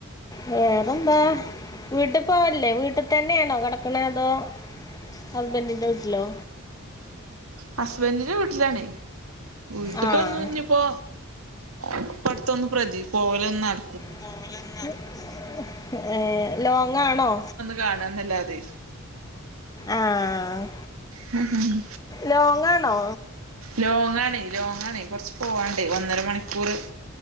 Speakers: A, on the left; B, on the right.
A: വേറെന്താ വീട്ട്പോവല്ലേ വീട്ട്തന്നെയാണോ കെടക്ക്ണേ അതോ ഹസ്ബൻഡിന്റെ വീട്ട്ലോ
B: ഹസ്ബൻഡ്ന്റെ വീട്ടിലാണേ വീട്ട്ക്കൊന്നും
A: ആഹ്
B: ഞ്ഞ്പ്പോ ഇപ്പടുത്തൊന്നു പ്രതി പോവലൊന്നു നട
A: പോ വലൊന്നും നടക്കൂല്ല ഏഹ് ലോങ്ങാണോ
B: കാണാനല്ലാതെ
A: ആഹ്
B: ഹും ഹും
A: ലോങ്ങാണോ
B: ലോങ്ങ് ആണേ ലോങ്ങ് ആണേ കൊറച്ച് പോവാണ്ടേ ഒന്നര മണിക്കൂർ